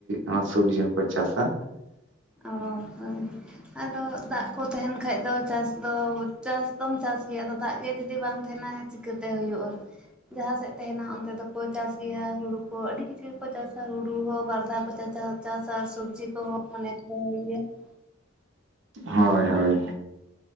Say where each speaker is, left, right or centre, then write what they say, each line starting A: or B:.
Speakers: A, on the right (about 75°); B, in the centre.
A: ᱦᱚᱸ ᱥᱚᱵᱽᱡᱤ ᱦᱚᱸᱠᱚ ᱪᱟᱥᱟ᱾
B: ᱚ, ᱦᱚᱭ ᱟᱫᱚ ᱫᱟᱜ ᱠᱚ ᱛᱟᱦᱮᱱ ᱠᱷᱟᱡ ᱫᱚ ᱪᱟᱥ ᱫᱚ ᱪᱟᱥ ᱫᱚᱢ ᱪᱟᱥ ᱜᱮᱭᱟ ᱟᱫᱚ ᱫᱟᱜ ᱜᱮ ᱡᱩᱫᱤ ᱵᱟᱝ ᱛᱟᱦᱮᱱᱟ ᱪᱤ ᱠᱟᱹᱛᱮ ᱦᱩᱭᱩᱜ-ᱟ ᱡᱟᱦᱟᱸ ᱥᱮᱫ ᱛᱮᱦᱮᱱᱟ ᱚᱱᱛᱮ ᱫᱚᱠᱚ ᱪᱟᱥ ᱜᱮᱭᱟ ᱦᱩᱲᱩ ᱠᱚ ᱟᱹᱰᱤ ᱠᱤᱪᱷᱩ ᱜᱮᱠᱚ ᱪᱟᱥᱟ ᱦᱩᱲᱩ ᱦᱚᱸ ᱵᱟᱨ ᱫᱷᱟᱣ ᱠᱚ ᱪᱟ-ᱪᱟᱣ ᱪᱟᱥ ᱟᱨ ᱥᱚᱵᱽᱡᱤ ᱠᱚᱦᱚᱸ ᱢᱟᱱᱮ <unintelligible>
A: ᱦᱚᱭ ᱦᱚᱭ᱾